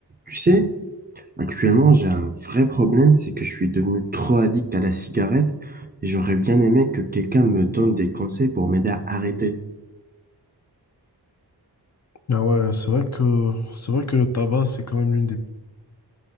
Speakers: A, on the right (about 25°); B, on the left (about 40°).
A: Tu sais, actuellement, j'ai un vrai problème, c'est que je suis devenu trop addict à la cigarette et j'aurais bien aimé que quelqu'un me donne des conseils pour m'aider à arrêter.
B: Ah ouais, c'est vrai que c'est vrai que le tabac, c'est quand même l'une des